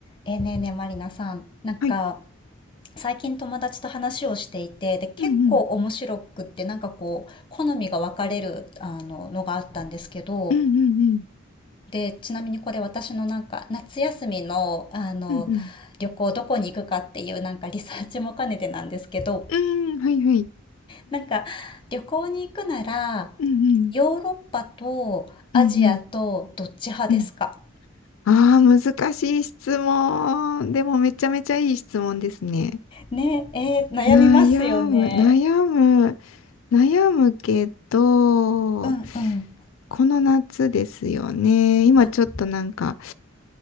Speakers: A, on the left; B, on the left.
A: えーねえねえまりなさんなんか
B: はい。
A: 最近友達と話をしていてで結構面白くってなんかこう好みが分かれるあののがあったんですけど
B: うんうん。うんうんうん。
A: でちなみにこれ私のなんか夏休みのあの旅行どこに行くかっていうなんかリサーチも兼ねてなんですけど
B: うんうん。うん、はいはい。
A: なんか旅行に行くなら
B: うんうん。
A: ヨーロッパとアジアとどっち派ですか
B: うんうん。うん。ああ、難しい質問。でもめちゃめちゃいい質問ですね。
A: ねええー悩みますよね。
B: 悩む、悩む、悩むけど、
A: うんうん。
B: この夏ですよね。今ちょっとなんか、
A: あ、